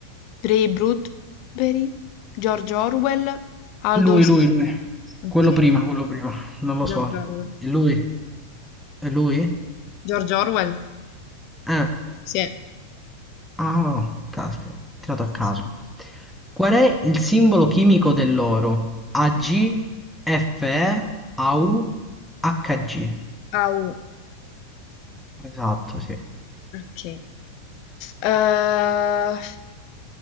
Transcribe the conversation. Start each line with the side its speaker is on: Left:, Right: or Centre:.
Left: Ray Bradbury, George Orwell, Aldo...
Centre: Lui,
Left: S-
Centre: lui, lui.
Left: Ok,
Centre: Quello prima, quello prima. Non lo
Left: George
Centre: so.
Left: Orwell.
Centre: È lui? È lui?
Left: George Orwell?
Centre: Eh.
Left: Sì. eh.
Centre: Ah, caspita, tirato a caso.
Left: Sì, sì.
Centre: Qual è il simbolo chimico dell'oro? Ag, Fe, Au, Hg.
Left: Au,
Centre: Esatto, sì.
Left: ok. Eh,